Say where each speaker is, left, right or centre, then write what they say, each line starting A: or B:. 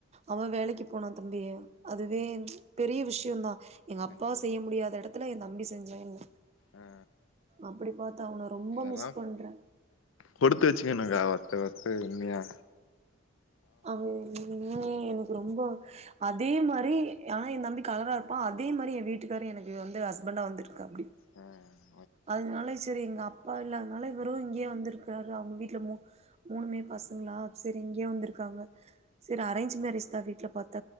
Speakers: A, on the right (about 30°); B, on the left (about 70°).
A: அவ வேலைக்கு போனான் தம்பிய அதுவே பெரிய விஷயம்தா எங்க அப்பாவ
B: கண்டிப்பா
A: செய்ய முடியாத எடத் த்துல எ தம்பி செஞ்சா என்ன
B: ஆ
A: அப்டி பாத்து அவன ரொம்ப
B: அதெல்லா
A: மிஸ் பண்றே
B: கொடுத்து வச்சுக்கணுக்கா அவர்ட்ட பெருமையா
A: அது உண்மயே எனக்கு ரொம்ப அதே மாரி ஆனா எ தம்பி கலரா இருப்பா அதே மாரி என வீட்டுக்காரு எனக்கு வந்து ஹஸ்பண்டா வந்திருக்காப்டி
B: ம்
A: அதனால சேரி எங்க அப் பா இல்லாதனால இவரு இங்கேயே வந்திருக்காரு அவங்க வீட்ல மூ மூணுமே பசங்களா சேரி இங்கேயே வந்திருக்காங்க சேரி அரேஞ்ச் மேரேஜ்தா வீட்ல பாத்